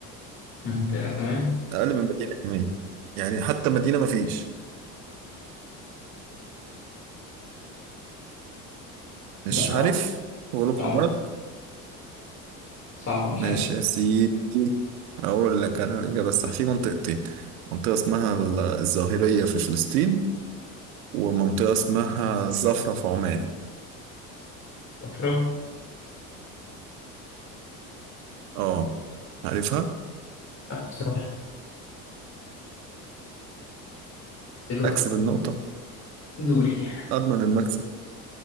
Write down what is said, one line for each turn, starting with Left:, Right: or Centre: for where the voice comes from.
Left: منطقة كمان
Right: اقل من مدينه كمان يعني حتى مدينه ما فيش مش
Left: لا طبعا
Right: عارف غلوب
Left: صعبة
Right: حمرك
Left: صعبة مش
Right: ماشي
Left: عارف
Right: يا سيدي اقول لك انا الاجابه الصح في منطقتين منطقه اسمها ال- الظاهريه في فلسطين ومنطقه اسمها الزفره في عمان
Left: أفرق
Right: اه عارفها
Left: لا بصراحة دلوقتي
Right: اكسب النقطه
Left: دوري <laughs>
Right: اضمن المكسب